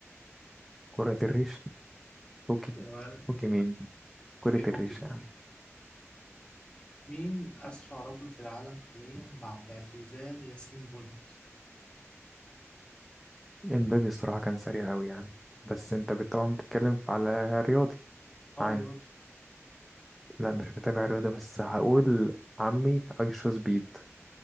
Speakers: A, in the centre; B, on the left.
A: كرة الريش هوكي
B: يا ولد
A: هوكي مين كرة
B: إيه هو
A: الريشة
B: كده
A: يعني
B: مين أسرع رجل في العالم حاليا بعد اعتزال ياسين بولت؟
A: امبابي الصراحة كان سريع أوي يعني بس
B: مم.
A: انت طبعا بتتكلم في- على رياضي
B: اه
A: عام
B: رياضي
A: لا مش متابع رياضة بس هقول عمي ايشو سبيد